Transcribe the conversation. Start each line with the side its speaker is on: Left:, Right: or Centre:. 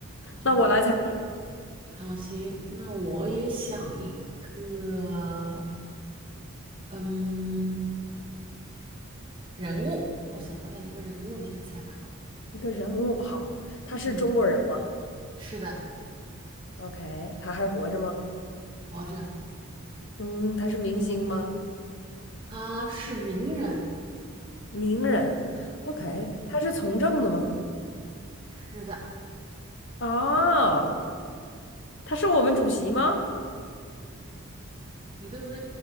Right: 嗯，
Left: 那我来猜你了，
Right: 好，行，那我也想一个，嗯，人物，我想到了一个人物，你来猜吧。
Left: 一个人物，好，他是中国人吗？
Right: 嗯，是的，
Left: OK，他还活着吗？
Right: 活着，
Left: 嗯，他是明星吗？
Right: 哦，他是名人。
Left: 名人。OK，
Right: 嗯，
Left: 他是从政的吗？
Right: 是的，
Left: 啊，他是我们主席吗？
Right: 你都没